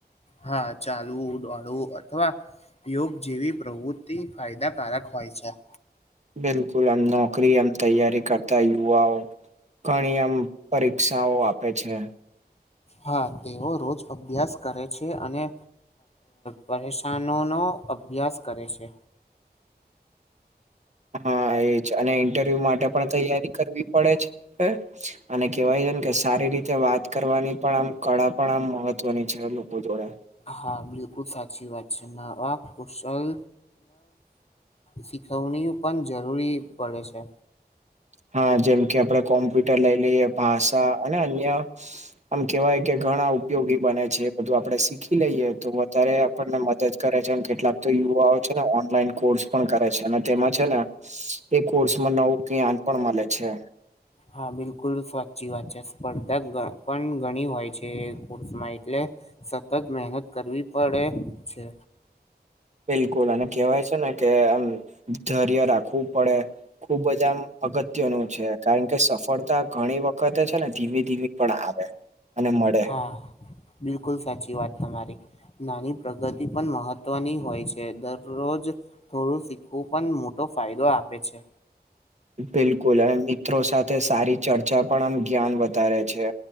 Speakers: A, on the left; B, on the right.
A: હા ચાલવું દોડવું અથવા. યોગ જેવી પ્રવૃત્તિ ફાયદાકારક હોય છે.
B: બિલકુલ આમ નોકરી એમ તૈયારી કરતા યુવાઓ. ઘણી આમ પરીક્ષાઓ આપે છે.
A: હા તેઓ રોજ અભ્યાસ કરે છે અને. પરેશાનોનો અભ્યાસ કરે છે.
B: હા એજ અને ઇન્ટરવ્યુ માટે પણ તૈયારી કરવી પડે છે હ અને કેવાય છે ને કે સારી રીતે વાત કરવાની પણ આમ કળા પણ આમ મહત્વની છે. લોકો જોડે
A: હા બિલકુલ સાચી વાત છે નવા કુશલ શીખવણી પણ જરૂરી પડે છે.
B: હા જેમ કે આપડણે કોમ્પ્યુટર લઈ લઈએ ભાષા અને અન્ય આમ કેવાય કે ઘણા ઉપયોગી બને છે બધું આપડે શીખી લઈએ તો વધારે ને મદદ કરે છે કેટલાક તો યુવાઓ છે ને ઓનલાઈન કોર્સ પણ કરે છે અને તેમાં છે ને એ કોર્સમાં નવું જ્ઞાન પણ મળે છે.
A: હા બિલકુલ સાચી વાત છે સ્પર્ધા પણ ઘણી હોય છેર્માં એટલે સતત મહેનત કરવી પડે છે.
B: બિલકુલ અને કેહેવાય છે ને કે આમ ધર્ય રાખવું પડે ખુબ બધામ અગત્યનું છે કારણ કે સફળતા ઘણી વખત તે છે ને ધીમે ધીમે પણ આવે અને મળે
A: હા બિલકુલ સાચી વાત તમારી નાની પ્રગતિ પણ મહત્વની હોય છે દરરોજ થોડું શીખવું પણ મોટો ફાયદો આપે છે.
B: બિલકુલ અને મિત્રો સાથે સારી ચર્ચા પણ આમ જ્ઞાન વધારે છે.